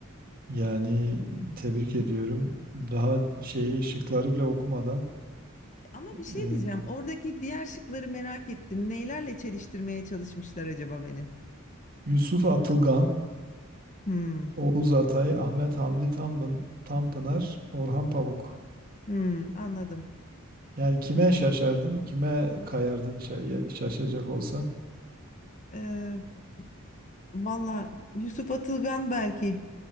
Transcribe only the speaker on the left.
Ama bir şey
diyeceğim oradaki diğer şıkları merak ettim. Neylerle çeliştirmeye çalışmışlar acaba beni?
Hmm.
Hmm, anladım.
Eee valla Yusuf Atılgan belki